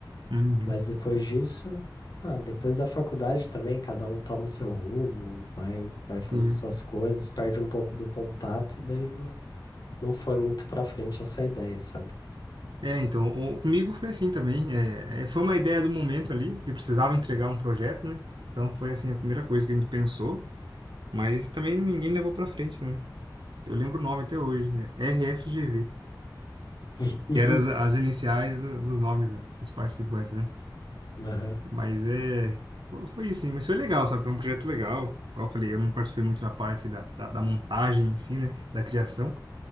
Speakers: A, on the right (about 75°); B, on the left (about 60°).
A: uhum,
B: Mas depois disso, ah, depois da faculdade também, cada um toma o seu rumo, vai, vai
A: sim.
B: fazer suas coisas, perde um pouco do contato e daí não, não foi muito pra frente essa ideia, sabe?
A: É, então, o, comigo foi assim também. É, é, foi uma ideia do momento ali, porque precisava entregar um projeto, né? Então foi assim a primeira coisa que a gente pensou, mas também ninguém levou para frente, não. Eu lembro o nome até hoje, é RFGV,
B: <laughs>
A: que eram as, as iniciais do- dos nomes dos participantes, né?
B: Aham,
A: Mas é. fo- Foi isso, sim. Mas foi legal, sabe? Foi um projeto legal. Igual eu falei, eu não participei muito da parte da, da, da montagem em si, né? Da criação.